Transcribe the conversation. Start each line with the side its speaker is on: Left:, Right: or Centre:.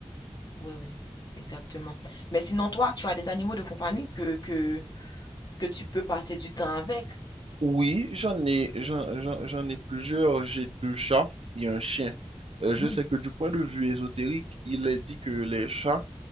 Left: Oui, oui, exactement. Mais sinon, toi, tu as des animaux de compagnie que, que, que tu peux passer du temps avec.
Right: Oui, j'en ai, j'en, j'en, j'en ai plusieurs. J'ai deux chats et un chien. Euh, je
Left: Mhm,
Right: sais que du point de vue ésotérique, il est dit que les chats